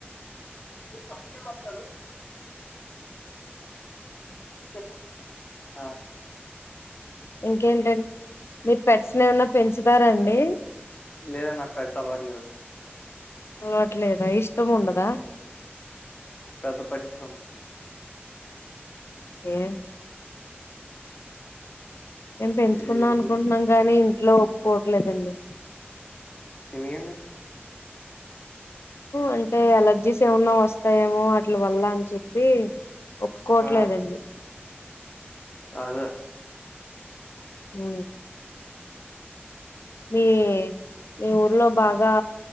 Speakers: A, on the left (about 30°); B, on the left (about 80°).
A: సంకేళ్ళు వత్తారు చప్పు ఆ
B: ఇంకేంటం న్ మీ పెట్స్ ఏమన్నా పెంచుతారండి
A: లేద నాకు పెడ్స్ అలవాట్లేదు
B: చవట్లేదా ఇష్టం ఉండదా
A: పెద్ద పట్టించుకోం
B: ఏ మేం పెంచుకుందాం
A: ఈ
B: అనుకుంటున్నాం
A: ఊరి
B: గాని ఇంట్లో ఒప్పుకో పట్లేదండి
A: ఎమికేంది
B: అంటే అలర్జీస్ ఏమన్నా వస్తాయేమో అట్ల వల్ల అని చెప్పి ఒప్పుకోట్లేదండి
A: ఆ అదే
B: అ మీ మీ ఊర్లో బాగా